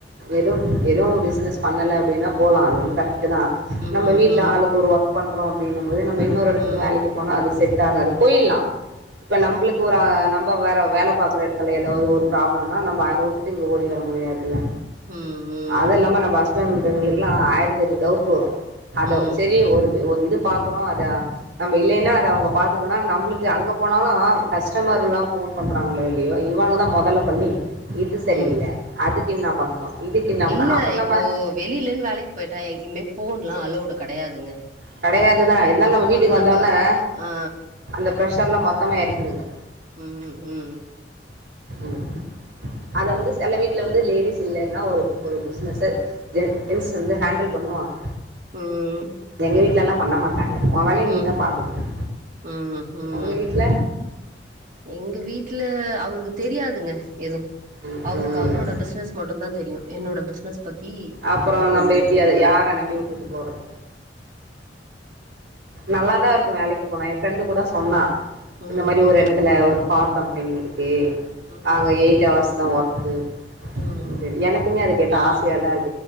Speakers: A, on the right; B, on the right.
A: எதும் எது பிஸ்னஸ் பண்ணல அப்டின்னா போலா அது ஒன்னு கரெட்டு தா
B: ம்
A: நம்ம வீட்ல
B: ம்
A: ஆளுக்கு ஒரு ஒர்க் பண்றோ அப்டின்னும் போது நம்ம இன்னொரு எடத்துக்கு
B: ம்
A: வேலைக்கு போனா அது செட்டாகாது போயில்லா இப்ப நம்பளுக்கு ஒரு நம்ம வேற வேல பாக்குற எடத்துல எதாது ஒரு ப்ராப்ளம்னா நம்ம அத உட்டு இங்க ஓடி வர முடியாதில்ல
B: ம்
A: அது
B: ம்
A: இல்லாம நம்ம ஹஸ்பண்ட் இவுங்களுக்கெல்லா ஆயிரதெட்டு டவுட்டு வரு அது
B: ம்
A: செரி ஒரு ஒரு இது பாக்குறோ அத நம்ம இல்லைன்னா அத அவுங்க பாத்துக்குனா நம்புளுக்கு அங்க போனாலு கஸ்டமர் எல்லா ஃபோன் பண்றா ங்ளோ இல்லையோ இவங்கதா மொதல்ல பண்ணி இது சரியில்ல
B: ம்
A: அதுக்கு என்ன பண்ணணு இதுக்கு என்னாம்னா
B: இல்ல
A: அப்றோ
B: இப்போ
A: நம்ம
B: வெளியிலன்னு வேலைக்கு போயிட்டா எங்கயிமே ஃபோன்ல்லா அளோடு கெடையாதுங்க
A: கெடையாது தா இருந்தாலு நம்ம
B: ஃபோன்
A: வீட்டுக்கு வந்தோனே
B: நம்ப ஆ
A: அந்த பிரஷர்லா மொத்தமே எறக்கிருங்க
B: ம் ம்
A: ம் அத வந்து சில வீட்ல வந்து லேடிஸ் இல்லைன்னா ஒரு ஒரு பிசினஸு ஜெ ஜென்ஸு வந்து ஹேண்டில் பண்ணுவாங்
B: ம்
A: எங்க வீட்ல எல்லா பண்ண மாட்டாங்க உ வேலய
B: ம்
A: நீ தா பாத்துக்கணு
B: ம் ம்
A: உங்க வீட்ல
B: எங்க வீட் ல அவருக்கு தெரியாதுங்க எது
A: ம்
B: அவருக்கு
A: ம்
B: அவரோட பிசினஸ் மட்டு தா தெரியு என்னோட பிஸ்னஸ் பத்தி
A: அப்புறம் நம்ம
B: ஒண்ணு
A: எப்டி
B: தெரியாது
A: அத யார
B: ஆமா
A: நம்பி வுட்டுட்டு போறது நல்லாதா இருக்கு வேலைக்கு போனா எ ஃப்ரெண்டு கூட சொன்னா
B: ம்
A: இந்த மாரி
B: ம்
A: ஒரு எடத்துல ஒரு கார் கம்பெனி இருக் கு
B: ம்
A: நாங்க எயிட் அவர்ஸ் தா ஒர்க்கு
B: ம்
A: <unintelligible> எனக் குமே அத கேட்டா ஆசையா தா இருக்கு